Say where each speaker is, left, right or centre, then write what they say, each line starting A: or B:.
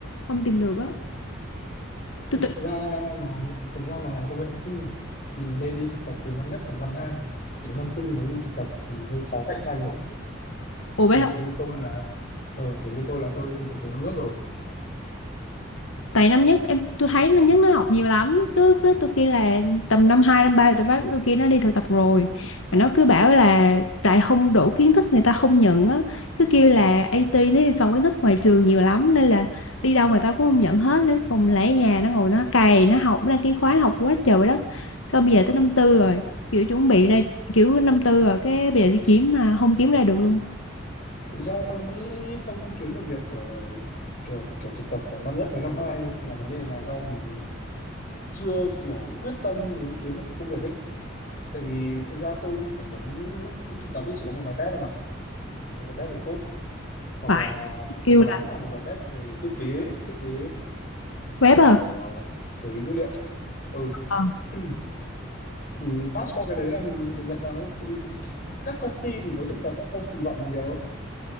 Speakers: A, on the left (about 80°); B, on the left (about 40°).
A: Không tìm được á. Tôi
B: thực
A: tự
B: ra mà thực ra mà làm công nghệ thông tin thì nên đi thực tập từ năm nhất hoặc năm hai đến năm tư mới đi thực tập thì hơi khó cạnh tranh rồi
A: Ủa bé
B: kiểu
A: hả?
B: như tôi là ờ, kiểu như tôi là tôi đi thực tập từ năm nhất rồi
A: tại năm nhất em tôi thấy năm nhất nó học nhiều lắm cứ cứ tôi kia là tầm năm hai năm ba tôi bắt tôi kia nó đi thực tập rồi mà nó cứ bảo là tại không đủ kiến thức người ta không nhận á cứ kêu là IT nó yêu cầu kiến thức ngoài trường nhiều lắm nên là đi đâu người ta cũng không nhận hết nên cùng lại ở nhà nó ngồi nó cày nó học nó đăng ký khóa nó học quá trời vậy đó xong bây giờ tới năm tư rồi kiểu chuẩn bị ra kiểu năm tư rồi cái bây giờ đi kiếm mà không kiếm ra được luôn
B: thực ra tôi nghĩ không kiếm được việc ở kiểu kiểu thực tập ở năm nhất với năm hai là vấn đề là do mình chưa kiểu quyết tâm muốn kiếm được công việc ấy tại vì thực ra tôi đi phỏng vấn lúc, lúc thực tập ấy chỉ có một bài test thôi mà một bài test về code hoặc
A: phải
B: là
A: kêu
B: cùng lắm
A: là
B: là một bài test về thiết kế thiết kế
A: web à
B: kiểu ờ, xử lý dữ liệu ừ
A: Ờ.
B: <clears throat> thì pass qua cái đấy là mình được nhận vào thôi Tự- tự- các công ty thì với thực tập cũng không kỳ vọng nhiều đâu